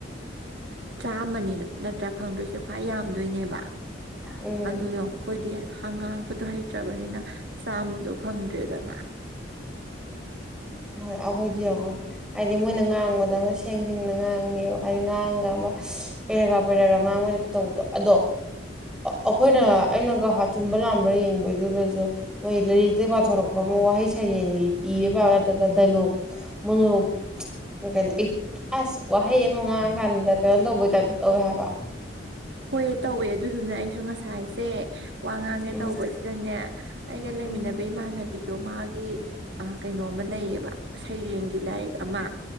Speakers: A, on the right; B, in the centre.
A: ꯆꯥꯃꯅꯤ ꯅꯠꯇ꯭ꯔꯥ ꯐꯪꯗꯣꯏꯁꯦ ꯈ꯭ꯋꯥꯏ ꯌꯥꯝꯗꯣꯏꯅꯦꯕ
B: ꯎꯝ
A: ꯑꯗꯨ ꯌꯣ ꯀꯣꯏꯗꯤ ꯍꯉꯥꯡꯕꯗꯣ ꯍꯩꯇ꯭ꯔꯕꯅꯤꯅ ꯆꯥꯝꯃꯗꯣ ꯐꯪꯗ꯭ꯔꯦꯗꯅ
B: ꯍꯣꯏ ꯑꯩꯈꯣꯏꯗꯤ ꯌꯦꯡꯉꯣ ꯍꯥꯏꯗꯤ ꯃꯣꯏꯅ ꯉꯥꯡꯕꯗ ꯑꯃ ꯁꯦꯡ ꯁꯦꯡꯅ ꯉꯥꯡꯉꯦꯕ ꯍꯥꯏꯗꯤ ꯉꯥꯡꯉꯒ ꯑꯃ ꯄꯦꯔꯒ ꯄꯦꯔꯒꯥ ꯉꯥꯡꯕꯗ ꯇꯧꯕꯗꯣ ꯑꯗꯣ ꯑꯩꯈꯣꯏꯅ ꯑꯩꯅꯒ ꯆꯨꯝꯕ ꯂꯥꯝꯕ꯭ꯔꯥ ꯌꯦꯡꯕꯩꯗꯨꯗꯁꯨ ꯃꯣꯏ ꯂꯥꯏꯔꯤꯛꯇꯒꯤ ꯄꯥꯊꯣꯔꯛꯄ ꯑꯃ ꯋꯥꯍꯩ ꯁꯩꯔꯦꯡꯒꯤ ꯏꯔ ꯄꯥ ꯑꯗꯨꯒ ꯗꯥꯏꯂꯣꯛ ꯃꯣꯅꯣꯔꯣꯛ ꯀꯩꯅꯣ ꯑꯦ ꯑꯁ ꯋꯥꯍꯩ ꯑꯃ ꯉꯥꯡꯉꯀꯥꯟꯗ ꯀꯩꯅꯣ ꯇꯧꯕꯩ ꯇꯥꯏꯞꯇ ꯇꯧꯋꯦ ꯍꯥꯏꯕꯥ
A: ꯍꯣꯏ ꯇꯧꯋꯦ ꯑꯗꯨꯗꯨꯅ ꯑꯩꯁꯨ ꯉꯁꯥꯏꯁꯦ ꯋꯥ ꯉꯥꯡꯒꯦ
B: ꯎꯝ
A: ꯇꯧꯕꯁꯤꯗꯅꯦ ꯑꯩꯒ ꯂꯩꯃꯤꯟꯅꯕ
B: ꯎꯝ
A: ꯏꯃꯥꯟꯅꯕꯤ ꯑꯗꯣ ꯃꯥꯒꯤ ꯀꯩꯅꯣꯃ ꯂꯩꯌꯦꯕ ꯁꯩꯔꯦꯡꯒꯤ ꯂꯥꯏꯔꯤꯛ ꯑꯃ